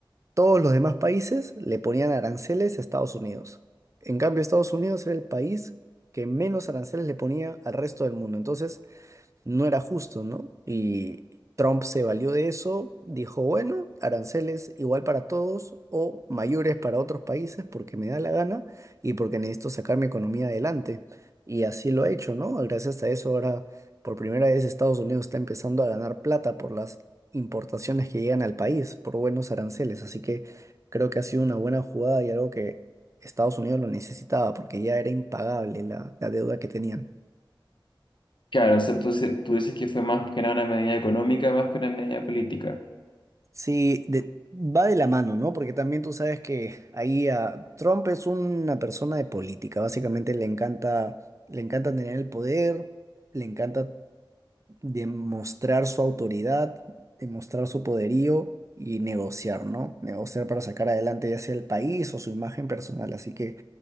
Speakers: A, on the right (about 35°); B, on the left (about 65°).
A: Todos los demás países le ponían aranceles a Estados Unidos. En cambio, Estados Unidos era el país que menos aranceles le ponía al resto del mundo. Entonces, no era justo, ¿no? Y Trump se valió de eso, dijo, bueno, aranceles igual para todos o mayores para otros países porque me da la gana y porque necesito sacar mi economía adelante. Y así lo ha hecho, ¿no? Gracias a eso ahora, por primera vez, Estados Unidos está empezando a ganar plata por las importaciones que llegan al país, por buenos aranceles. Así que creo que ha sido una buena jugada y algo que Estados Unidos lo necesitaba porque ya era impagable la, la deuda que tenían.
B: Claro, o sea, tú, dices- tú dices que fue más que nada una medida económica, más que una medida política.
A: Sí, de- va de la mano, ¿no? Porque también tú sabes que ahí a Trump es una persona de política, básicamente le encanta, le encanta tener el poder, le encanta demostrar su autoridad, demostrar su poderío y negociar, ¿no? Negociar para sacar adelante ya sea el país o su imagen personal. Así que